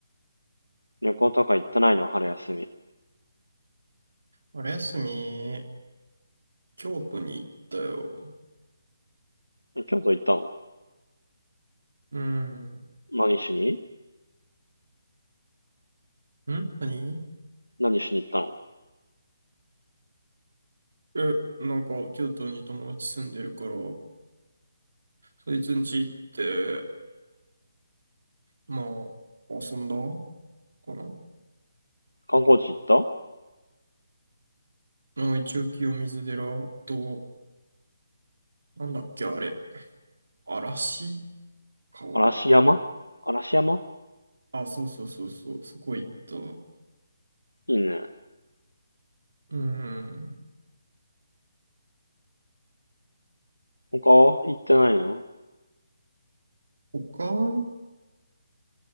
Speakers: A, on the left; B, on the right.
A: 旅行とか行ってないの春休み。
B: あれ休み、京都に行ったよ。
A: 今京都行ったの
B: うん。ん
A: 何しに
B: 何
A: 何しに行ったの
B: え、なんか、京都に友達住んでるから、そいつん家行って、まあ、遊んだかな。
A: 観光地行った
B: まあ、一応清水寺と、なんだっけ、あれ。嵐川
A: 嵐山嵐山
B: あ、そうそうそうそう、そこ行った。う
A: いいね。
B: ーん。
A: 他は行ってないの
B: 他